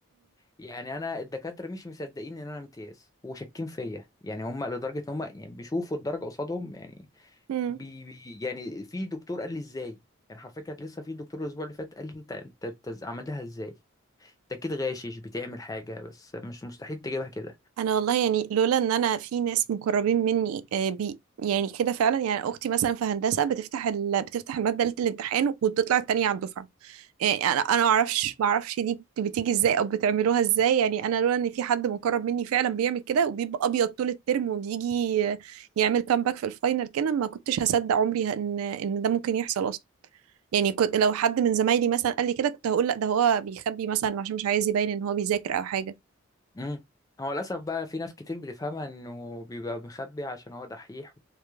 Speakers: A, on the left; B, on the right.
A: يعني انا الدكاتره مش مصدقين ان انا امتياز وشاكين فيا يعني هم لدرجه ان هم يعني بيشوفوا الدرجه قصادهم يعني
B: مم.
A: بي بي- يعني في دكتور قال لي ازاي يعني حرفيا كان لسه في دكتور الاسبوع اللي فات قال لي انت انت, انت إز- عملها ازاي انت اكيد غاشش بتعمل حاجه بس مش مستحيل تجيبها كده
B: انا والله يعني لولا ان انا في ناس مقربين مني آه، بي يعني كده فعلا يعني اختي مثلا في هندسه بتفتح ال... بتفتح الماده ليله الامتحان وبتطلع التانية على الدفعه يعني انا انا ما اعرفش ما اعرفش دي بت- بتيجي ازاي او بتعملوها ازاي يعني انا لولا ان في حد مقرب مني فعلا بيعمل كده وبيبقى ابيض طول الترم وبيجي آه، يعمل كامباك في الفاينل كده ما كنتش هصدق عمري ان ان ده ممكن يحصل اصلا يعني كنت لو حد من زمايلي مثلا قال لي كده كنت هقول لا ده هو بيخبي مثلا عشان مش عايز يبين ان هو بيذاكر او حاجه
A: امم هو للاسف بقى في ناس كتير بتفهمها انه بيبقى مخبي عشان هو دحيح